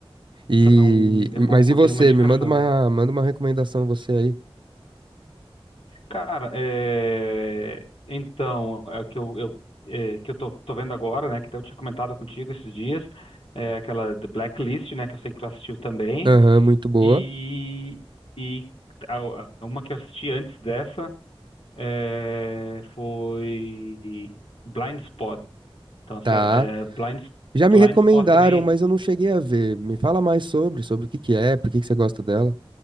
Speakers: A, on the right (about 55°); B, on the left (about 70°).
A: E
B: Então, é
A: e-
B: bom
A: mas
B: quando
A: e você?
B: tem uma indicação.
A: Me manda uma, manda uma recomendação você aí.
B: Cara, é... então, é o que eu, eu, é, que eu tô, tô vendo agora, né? Que até eu tinha comentado contigo esses dias, é aquela The Blacklist, né? Que eu sei que tu assistiu também.
A: Aham, muito boa.
B: E, e a- a- uma que eu assisti antes dessa é, foi Blind Spot. Então, essa,
A: Tá.
B: é, Blind,
A: Já me
B: Blind
A: recomendaram,
B: Spot também.
A: mas eu não cheguei a ver. Me fala mais sobre, sobre o que que é, por que que você gosta dela.